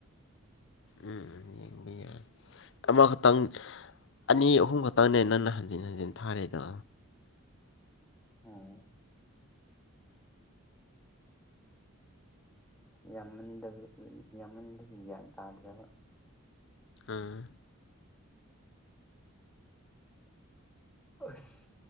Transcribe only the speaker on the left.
ꯎꯝ ꯌꯦꯡꯕꯤꯗꯦ ꯑꯃꯈꯛꯇꯪ ꯑꯅꯤ ꯑꯍꯨꯝ ꯈꯛꯇꯪꯅꯦ ꯅꯪꯅ ꯍꯟꯖꯤꯟ ꯍꯟꯖꯤꯟ ꯊꯥꯔꯤꯗꯣ
ꯑꯥ